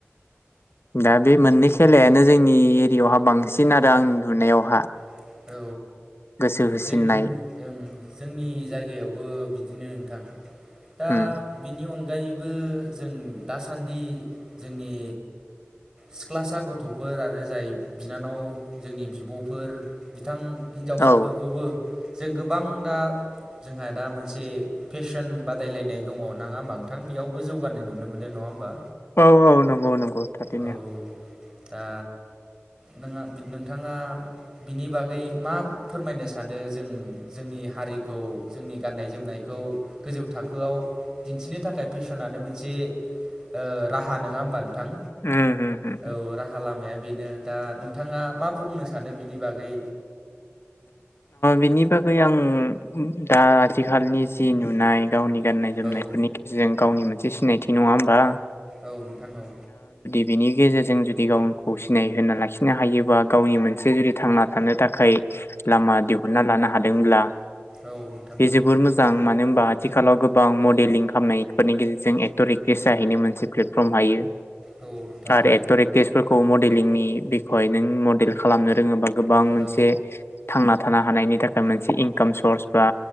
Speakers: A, on the left; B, on the right.
A: दा बे मोननै खेलायानो जोंनि एरियावहा बांसिन आरो आंनि नुनायावहा
B: औ
A: गोसो होसिननाय
B: जों ओं जोंनि जायगायावबो बिदिनो नोंथां। दा
A: उम
B: बिनि अनगायै बो जों दासान्दि जोंनि सिख्लासा गथ'फोर आरो जाय बिनानाव जोंनि बिब'फोर बिथां हिन्जावसाफोरखौबो
A: औ
B: जों गोबां दा जोंहा दा मोनसे फेसन बादायलायनाय दङ नङा होमा नोंथां? बेयावबो जौगानाय नुनो मोनदों नङा होमबा?
A: औ औ नंगौ नं गौ थारैनो।
B: औ दा नोङा बि नोंथाङा बिनि बागै मा फोरमायनो सानो जों जोंनि हारिखौ जोंनि गाननाय जोमनायखौ गोजौ थाखोयाव दिन्थिनो थाखाय फेसनानो मोनसे ओ राहा नङा होमबा नोंथां?
A: उम हो हो
B: औ
A: हो।
B: राहा लामाया बेनो दा नोंथाङा मा बुंनो सानो बिनि बागै?
A: बिनि बागै आं दा आथिखालनि जि नुनाय गावनि गाननाय
B: औ
A: जोमनायफोरनि गेजेरजों गावनि मोनसे सिनायथि नङा होनबा?
B: औ नोंथां औ।
A: बिनि गेजेरजों जुदि गावखौ सिनाय होना लाखिनो हायोबा गावनि मोनसे जुदि थांना थानो थाखाय लामा दिहुनना लानो हादोंब्ला
B: औ नोंथां
A: बे
B: औ
A: जोबोर मोजां। मानो होनबा आथिखालाव गोबां मडेलिं खालामनायफोरनि गेजेरजों एक्टर एक्ट्रिस जाहैनो मोनसे प्लेटफर्म हायो
B: औ नोंथां
A: आरो
B: औ
A: एक्ट'र एकट्रिसफोरखौ मडलिंनि बेखौहाय नों मडेल खालामनो रोङोबा गोबां मोनसे
B: औ
A: थांना थानो हानायनि थाखाय मोनसे इनकाम सर्स बा